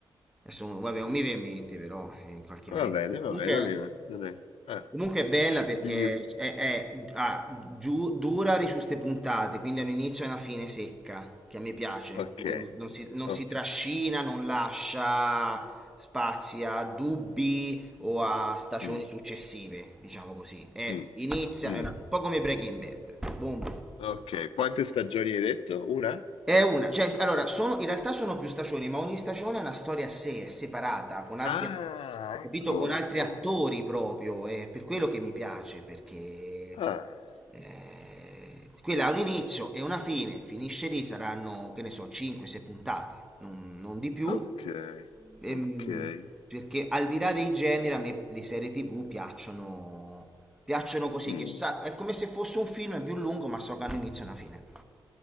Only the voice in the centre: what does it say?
Adesso, vabbè, non
mi viene in mente però, eh, in qualche maniera.
Comunque...
Comunque è bella perché
è, è- ha giu- dura le giuste puntate, quindi ha un inizio e una fine secca, che a me piace.
Quindi non, non si, non
si trascina, non lascia spazi a dubbi o a stagioni
successive, diciamo così. È,
inizia,
è una- un po' come Breaking Bad. Boom.
È una, cioè, s- allora, sono, in realtà sono più stagioni, ma ogni stagione è una storia a sé, è separata, con altri,
a- capito?
Con altri
attori
proprio, è per quello che mi piace, perché
eh, quella ha un inizio e una fine, finisce lì, saranno, che ne so, 5-6 puntate, non, non di più,
Ehm,
perché al di là dei generi, a me le serie TV piacciono, piacciono così,
che sa, è come se fosse un film più lungo, ma so che hanno inizio e una fine.